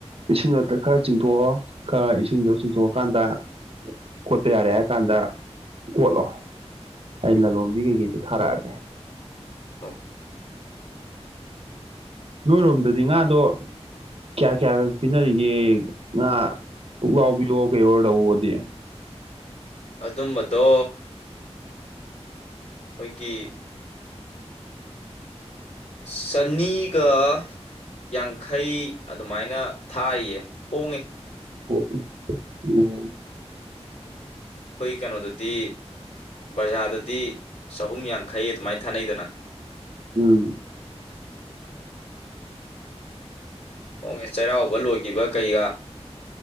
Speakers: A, on the right; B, on the left.
A: ꯏꯁꯤꯡ ꯑꯇ ꯈꯔ ꯆꯤꯡꯊꯣꯛꯑꯣ ꯈꯔ ꯏꯁꯤꯡ ꯏꯁꯤꯡꯗꯣ ꯆꯤꯡꯊꯣꯛꯑꯀꯥꯟꯗ
B: ꯎꯝ
A: ꯈꯣꯠꯄ ꯌꯥꯔꯦ ꯍꯥꯏꯔ ꯀꯥꯟꯗ ꯀꯣꯠꯂꯣ ꯑꯩ ꯂꯂꯣꯟꯕꯤ ꯀꯩꯀꯩꯗꯨ ꯊꯥꯔꯛꯑꯒꯦ
B: ꯍꯣ
A: ꯅꯣꯏꯔꯣꯝꯗꯗꯤ ꯉꯥꯗꯣ ꯀꯌꯥ ꯀꯌꯥ ꯈꯛ ꯄꯤꯅꯔꯤꯒꯦ ꯉꯥ ꯄꯨꯛꯂꯥꯎꯕꯤꯌꯣ ꯀꯩꯌꯣ ꯔꯧꯒꯗꯤ
B: ꯑꯗꯨꯝꯕꯗꯣ ꯑꯩꯈꯣꯏꯒꯤ ꯆꯟꯅꯤꯒ ꯌꯥꯡꯈꯩ ꯑꯗꯨꯃꯥꯏꯅ ꯊꯥꯏꯌꯦ ꯍꯣꯡꯉꯦ
A: ꯑꯣ ꯑꯣ
B: ꯍꯣꯏ ꯀꯩꯅꯣꯗꯗꯤ ꯕꯖꯥꯔꯗꯗꯤ ꯆꯍꯨꯝ ꯌꯥꯡꯈꯩ ꯑꯗꯨꯃꯥꯏꯅ ꯊꯥꯅꯩꯗꯅ
A: ꯎꯝ
B: ꯍꯣꯡꯉꯦ ꯆꯩꯔꯥꯎꯕ ꯂꯣꯏꯒꯤꯕ ꯀꯩꯒ